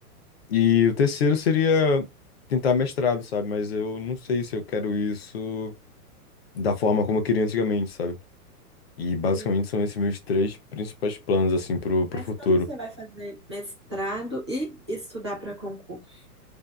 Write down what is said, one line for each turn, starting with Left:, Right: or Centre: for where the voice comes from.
Left: E o terceiro seria tentar mestrado, sabe? Mas eu não sei se eu quero isso da forma como eu queria antigamente, sabe? E basicamente
Right: Hum.
Left: são esses meus três principais planos, assim, pro, pro
Right: Mas
Left: futuro.
Right: como você vai fazer mestrado e estudar para concurso?